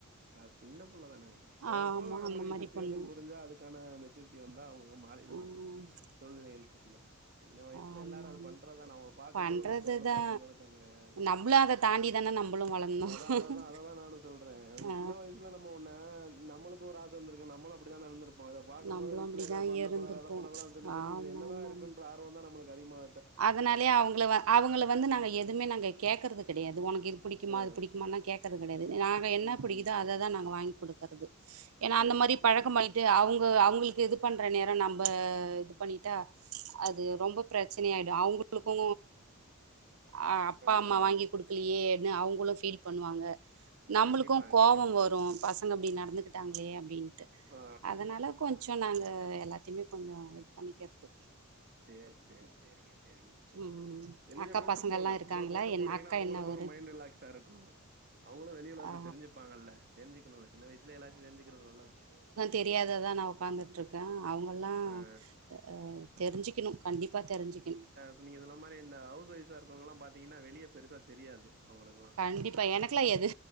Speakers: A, on the right; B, on the right.
A: அது சின்ன புள்ள தானங்க போக
B: ஆமா
A: போக நம்மளுக்கு
B: அந்த மாரி
A: சுச்சுவேஷன்
B: பண்ணுவோ
A: புரிஞ்சா அதுக்கான மெச்சூரிட்டி வந்தா அவுங்க மாறிடுவாங்க
B: ம்
A: சூழ்நிலைகள் புரிஞ்சா சின்ன வயசுல
B: ஆமா ஆமா
A: எல்லாரு அது பண்றதுதான நா ஒன்ன பாக்கும்போது
B: பண்றதுதா
A: ஒரு பொருள பாக்கும்போது கடைய அ
B: நம்மளு அத தாண்டி தானே நம்மளு வளர்ந்தோ
A: அதா அத அதா அததா நானு சொல்றேன் அது
B: ஆ
A: சின்ன வயசுல ம்ம ஒன்ன நம்மளுக்கு ஒரு ஆச இருந்திருக்கூ நம்மளு அப்படிதான இருந்திருப் ம்ப இத பாக்கும்
B: நம்மளும்
A: போது வீட்ல
B: அப்படிதான்
A: இத பண்ண
B: இருந்திருப்போம்
A: கூடாது அத பண்ண கூடாதுன் சொல்ல
B: ஆமா
A: சொல்லி இதுல என்னதா
B: ஆமா
A: இருக்குன்ற
B: ஆமா.
A: ஆர்வந்தா நம்மளுக்கு அதிகமா
B: அதனாலயே அவுங்கள அவுங்கள வந்து நாங்க எதுமே நாங்க கேக்கறது கெடையாது ஒனக்கு இது புடிக்குமா
A: ஆ.
B: அது புடிக்குமான்லி கேக்கறது கடையாது நாங்க என்ன
A: ம்,
B: புடிக்குதோ
A: ம்.
B: அததா நாங்க வாங் குடுக்கறது ஏன்னா
A: சரி,
B: அந்த மாரி
A: சரிங்க.
B: பழக்கமாய்ட்டு அவுங்க அவுங்களுக்கு இது பண்ற நேரொ நம்ம இது பண்ணிட்டா அது ரொம்ப பிரச்சனை ஆயிடு அவுங்களுக்கூ ஆ அப்பா
A: கண்டிப்பா,
B: அம்மா வாங்கி
A: கண்டி
B: குடுக்கலையே அப்டின்னு அவுங்களு ஃபீல் பண்ணுவாங்க நம்மளுக்கூ
A: கண்டிப்பாங்க,
B: கோவோ
A: கண்டிப்பா.
B: வரு பசங்க அப்டி நடந்துகிட்டாங்களே அப்டின்ட்டு
A: ஆ
B: அதனால கொஞ்சொ நாங்க எல்லாத்தையுமே கொஞ்சோ இது பண்ணிக்கறது
A: சேரி சேரி சேரிங்க செரிங்க செரி
B: ம்
A: வெளியே
B: அக்கா
A: கூட்டு
B: பசங்கள்லா
A: போங்க அப்பப்ப
B: இருக்காங்களா
A: கூட்டு
B: என்
A: போனீங்கன்னா
B: அக்கா
A: அவுங்களுக்கு
B: என்ன ஊரு
A: ஒரு மைண்ட் ரிலாக்ஸ் ஸா இருக்கூ அவுங்களு வெளி உலகத்த
B: ஆ
A: தெரிச்சுப்பாங்கல்ல தெரிஞ்சுக்குணுல்ல சின்ன வயசுல எல்லாத்தையு தெரிஞ்சுக்கறது நல்லது
B: தெரியாத தா நா உக்காந்துட்ருக் க அவுங்கல்லா
A: ஆ.
B: அ தெரிஞ்சுக்கிணு கண்டிப்பா தெரிஞ்சுக்கிணு
A: ஸோ நீங்க சொன்ன மாரி இந்த ஹவுஸ் ஒய்ஃப்ஸா இருக்கவுங்களா பாத்தீங்கன்னா வெளிய பெருசா தெரியாது அவுங்களுக்குல்லா
B: கண்டிப் பா எனக்லா எது